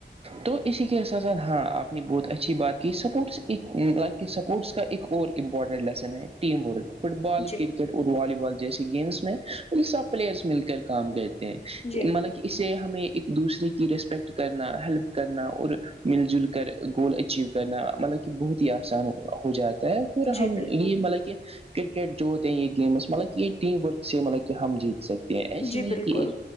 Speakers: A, on the right; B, on the left.
A: تو اسی کے ساتھ ساتھ ہاں آپ نے بہت اچھی بات کی سپورٹس کہ سپورٹس کا ایک اور امپورٹنٹ لیسن ہے ٹیم ورک فٹ بال
B: جی
A: کرکٹ اور والی بال جیسی گیمس میں یہ سب پلیئرس مل کر کام گئے تھ مطلب
B: جی
A: کہ اسے ہمیں ایک دوسرے کی رسپیکٹ کرنا ہیلپ کرنا اور مل جل کر گول اچیو کرنا مطلب کہ بہت ہی آسان ہو جاتا ہے پورا
B: جی
A: ہم
B: بالکل
A: یہ مطلب کہ کرکٹ جو ہوتے ہیں یہ گیم مطلب کہ یہ ٹیم ورک سے مطلب کہ ہم جیتے سکتے ہیں ایسی
B: جی
A: نہیں
B: بالکل
A: کہ